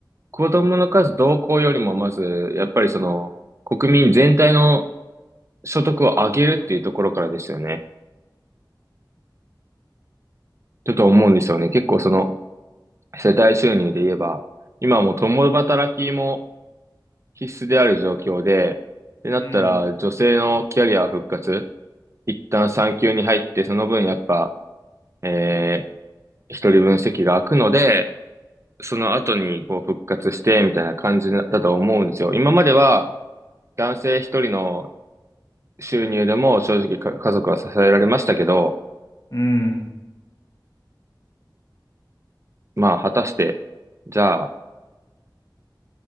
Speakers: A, on the right; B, on the left.
A: 子供の数同行よりも、まず、やっぱりその、国民全体の所得を上げるっていうところからですよね。ちょっと思うんですよね。結構その、世帯収入で言えば、今はもう共働きも、必須である状況で、ってなったら、
B: うん、
A: 女性のキャリア復活、一旦産休に入って、その分やっぱ、えー、一人分席が空くので、その後にこう復活して、みたいな感じだと思うんですよ。今までは、男性一人の収入でも正直か家族は支えられましたけど、
B: うん、
A: まあ、果たして、じゃあ、